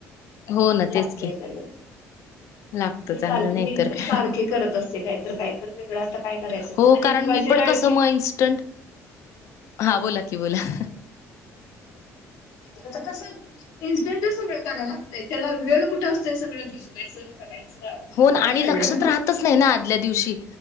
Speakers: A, on the left (about 60°); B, on the left (about 85°).
A: हो ना
B: लागतंय
A: तेच की
B: सगळं
A: लागतं चांगलं
B: सारखे
A: नाहीतर
B: मी तर
A: काय.
B: सारखे करत असते काही तर काहीत वेगळा आता काय करायचं
A: हो
B: मग आणि
A: कारण
B: मुगाच्या
A: मी पण
B: डाळीची
A: कस मग इस्टंट हा बोला की बोला
B: आ कसं इस्टंट सगळं कराय लागतय त्याला वेळ कुठे असतोय सगळं भिजवायचं करायचं. अवघड
A: हो
B: होतंय
A: आणि
B: सगळं.
A: लक्षात राहतच नाही ना आदल्या दिवशी